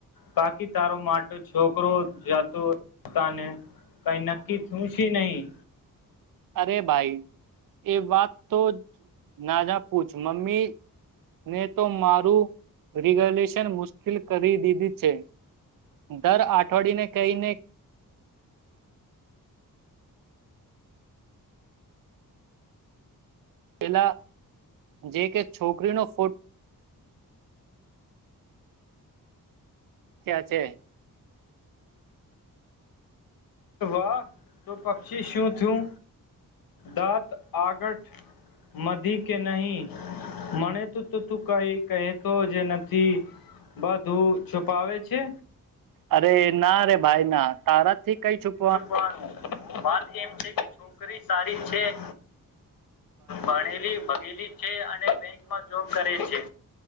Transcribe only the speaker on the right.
અરે ભાઈ એ વાત તો ના પૂછ મમ્મીને તો મારું રેગુલેશન મુશ્કેલ કરી દીધી છે દર અઠવાડિયને કહીને પેલા જે કે છોકરીનો ફોટો ક્યાં છે
અરે ના રરે ભાઈ ના તારાથી કઈ છુપ